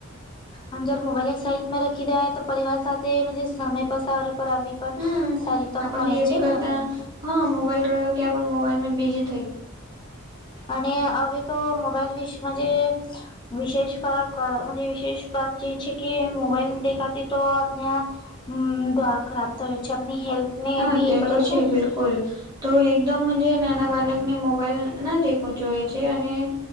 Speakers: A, on the left; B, on the right.
A: અને જર મોબાઈલ એક સાઈડ માં રાખી દેાય તો, પરિવાર સાથે સમય પસાર કરાવી પણ
B: હમ,
A: સારી તક
B: આપ
A: મળે
B: ઘેરણી
A: છે
B: કરતા.
A: ને આપને
B: હા, મોબાઈલ રહ્યો કે આપ મોબાઈલ મે બીજી
A: અને હવે તો મોબાઈલ વિષે માં જે વિશેષ <unintelligible> વિશેષ વાત જે છે કે મોબાઈલ ની આતી તો આપને ઉમ્મ ડોળા ખરાબ થાય છે આપની હેલ્થ ને
B: હા
A: બી
B: તે
A: એ પડે
B: તો છે
A: ને
B: બિલકુલ તો એકદમ મહનજે નાના બાલક ને મોબાઈલ ના દેખવુ જોઈએ છે અને